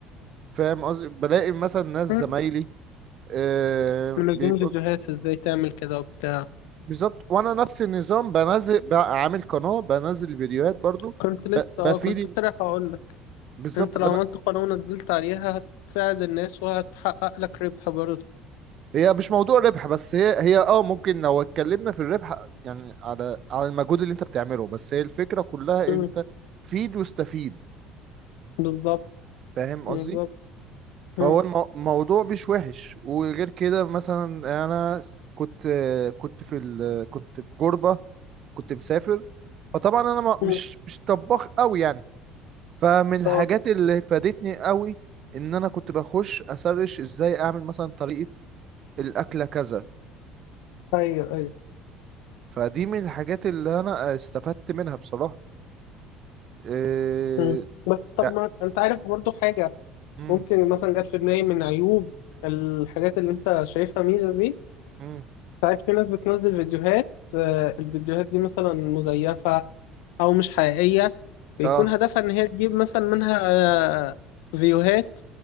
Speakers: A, on the right; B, on the left.
A: فاهم قصدي بلاقي مثلا ناس زمايلي
B: مم.
A: آه،
B: منزلين
A: بيبقوا
B: فيديوهات ازاي تعمل كده وبتاع
A: بالظبط وانا نفس النظام بنزل بقى عامل قناه بنزل فيديوهات برضو
B: كنت لسه
A: ب-
B: اه
A: بفيد
B: كنت لسه رايح اقول
A: بالظبط
B: انت لو عملت قناة ونزلت عليها هتساعد الناس وهتحقق لك ربح برضه
A: هي مش موضوع ربح بس هي هي اه ممكن لو اتكلمنا في الربح يعني على على المجهود اللي انت بتعمله بس هي الفكرة كلها
B: مم.
A: انت فيد واستفيد
B: بالظبط
A: فاهم
B: بالظبط
A: قصدي فهو
B: مم.
A: المو- الموضوع مش وحش وغير كده مثلا انا كنت كنت في ال... كنت في غربة كنت مسافر فطبعا انا ما-
B: مم.
A: مش مش طباخ قوي يعني فمن الحاجات
B: اه
A: اللي فادتني قوي ان انا كنت بخش اسرش ازاي اعمل مثلا طريقة الاكلة كذا
B: ايوه ايوه
A: فدي من الحاجات اللي انا استفدت منها بصراحة إيه...
B: مم. بس
A: است-
B: طب ما انت عارف برضه حاجة
A: مم،
B: ممكن مثلا جت في دماغي من عيوب الحاجات اللي انت شايفها ميزة دي
A: مم،
B: ساعات في ناس بتنزل فيديوهات آه، الفيديوهات دي مثلا مزيفة او مش حقيقية بيكون
A: اه
B: هدفها ان هي تجيب مثلا منها آه، فيوهات